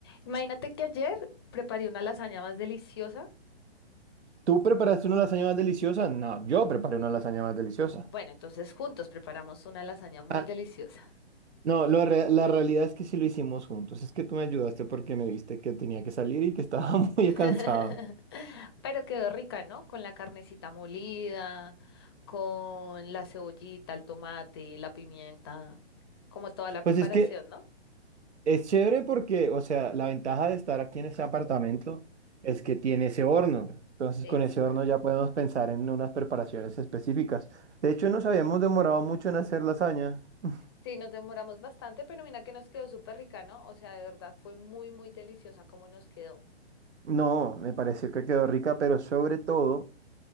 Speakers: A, on the left; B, on the right.
A: Imagínate que ayer preparé una lasaña más deliciosa.
B: ¿Tú preparaste una lasaña más deliciosa? No, yo preparé una lasaña más deliciosa.
A: Bueno, entonces juntos preparamos una lasaña muy
B: Ah,
A: deliciosa.
B: no, lo re- la realidad es que sí lo hicimos juntos. Es que tú me ayudaste porque me viste que tenía que salir y que estaba <laughs> muy
A: <laughs>
B: cansado.
A: Pero quedó rica, ¿no? Con la carnecita molida, con la cebollita, el tomate, la pimienta, como toda la preparación,
B: Pues es que
A: ¿no?
B: es chévere porque, o sea, la ventaja de estar aquí en este apartamento es que tiene ese horno. Entonces,
A: Exacto.
B: con ese horno ya podemos pensar en unas preparaciones específicas. De hecho, nos habíamos demorado mucho en hacer lasaña. <laughs>
A: Sí, nos demoramos bastante, pero mira que nos quedó súper rica, ¿no? O sea, de verdad fue muy, muy deliciosa como nos quedó.
B: No, me pareció que quedó rica, pero sobre todo.